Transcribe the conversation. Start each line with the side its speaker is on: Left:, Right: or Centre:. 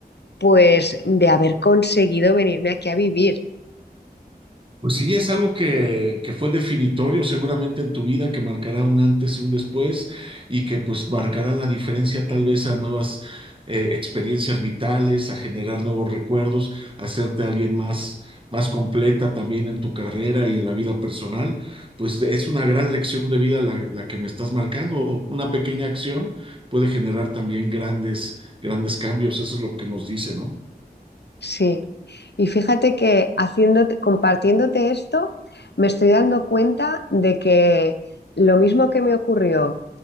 Left: pues de haber conseguido venirme aquí a vivir.
Right: Pues sí, es algo que, que fue definitorio seguramente en tu vida, que marcará un antes y un después y que pues marcará la diferencia tal vez a nuevas eh, experiencias vitales, a generar nuevos recuerdos, a hacerte alguien más, más completa también en tu carrera y en la vida personal. Pues es una gran lección de vida la, la que me estás marcando. Una pequeña acción puede generar también grandes, grandes cambios. Eso es lo que nos dice, ¿no?
Left: Sí, y fíjate que haciéndote, compartiéndote esto, me estoy dando cuenta de que lo mismo que me ocurrió